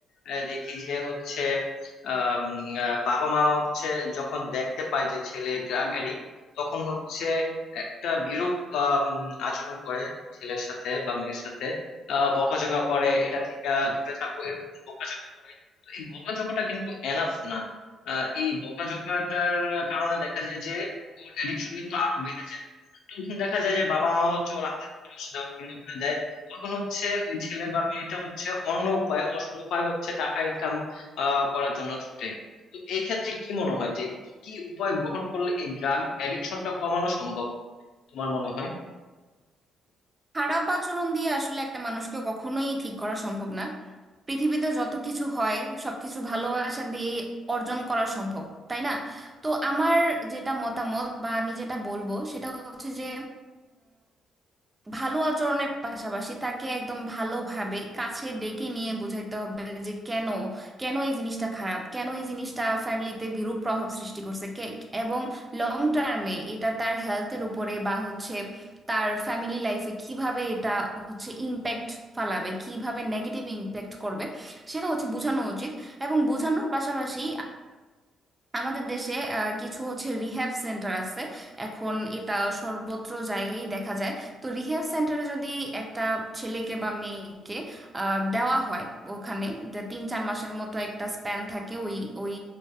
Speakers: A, on the left (about 75°); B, on the right (about 20°).
A: আহ, দেখি যে হচ্ছে আহ, উম, আহ, বাবা মা হচ্ছে যখন দেখতে পায় যে ছেলে ড্রাগ এডিক্ট তখন হচ্ছে একটা বিরূপ আহ, উম, আচরণ করে ছেলের সাথে বা মেয়ের সাথে আহ, বকাঝকা করে এটা থেকে দূরে থাকো এরকম বকাঝকা করে তো এই বকাঝকাটা কিন্তু এনাফ না আহ, এই বকাঝকাটার কারণে দেখা যায় যে ওর অ্যাডিকশন কিন্তু আরো বেড়ে যায় তখন দেখা যায় যে বাবা মা হচ্ছে ওরা হাত খরচ দেওয়া বন্ধ করে দেয় তখন হচ্ছে ওই ছেলে বা মেয়েটা হচ্ছে অন্য উপায় অসৎ উপায় হচ্ছে টাকা ইনকাম করার জন্য ছুটে তো এক্ষেত্রে কি মনে হয় যে কি কি উপায় গ্রহণ করলে এই ড্রাগ অ্যাডিকশনটা কমানো সম্ভব তোমার মনে হয়
B: খারাপ আচরণ দিয়ে আসলে একটা মানুষকে কখনোই ঠিক করা সম্ভব না পৃথিবীতে যত কিছু হয় সবকিছু ভালোবাসা দিয়ে অর্জন করা সম্ভব তাই না তো আমার যেটা মতামত বা আমি যেটা বলবো সেটা হচ্ছে যে ভালো আচরণের পাশাপাশি তাকে একদম ভালোভাবে কাছে ডেকে নিয়ে বোঝাইতে হবে যে কেন কেন এই জিনিসটা খারাপ কেন এই জিনিসটা ফ্যামিলিতে বিরূপ প্রভাব সৃষ্টি করছে কে এবং লং টার্মে এটা তার হেলথের উপরে বা হচ্ছে তার ফ্যামিলি লাইফে কিভাবে এটা হচ্ছে ইম্প্যাক্ট ফালাবে কিভাবে নেগেটিভ ইম্প্যাক্ট করবে সেটা হচ্ছে বোঝানো উচিত এবং বোঝানোর পাশাপাশি আমাদের দেশে আহ, কিছু হচ্ছে রিহ্যাব সেন্টার আছে এখন এটা সর্বত্র জায়গায় দেখা যায় তো রিহ্যাব সেন্টারে যদি একটা ছেলেকে বা মেয়েকে আহ, দেওয়া হয় ওখানে তা তিন চার মাসের মতো একটা স্প্যান থাকে ওই ওই